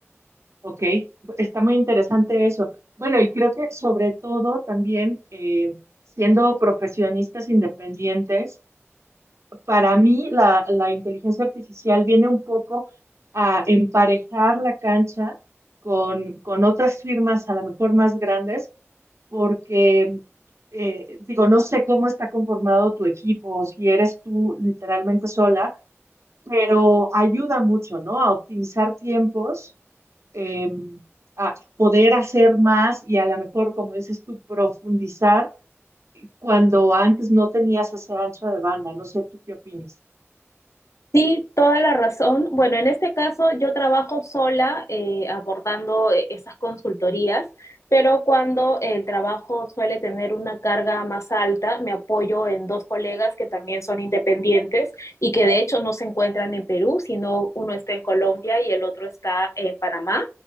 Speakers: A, on the right; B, on the left.
A: Ok, está muy interesante eso. Bueno, y creo que sobre todo también eh, siendo profesionistas independientes, para mí la, la inteligencia artificial viene un poco a emparejar la cancha con, con otras firmas a lo mejor más grandes, porque eh, digo, no sé cómo está conformado tu equipo, si eres tú literalmente sola, pero ayuda mucho, ¿no? A optimizar tiempos eh, a poder hacer más y a lo mejor, como dices tú, profundizar cuando antes no tenías esa ancha de banda. No sé, ¿tú qué opinas?
B: Sí, toda la razón. Bueno, en este caso yo trabajo sola eh, abordando eh, esas consultorías, pero cuando el trabajo suele tener una carga más alta, me apoyo en dos colegas que también son independientes y que de hecho no se encuentran en Perú, sino uno está en Colombia y el otro está en Panamá.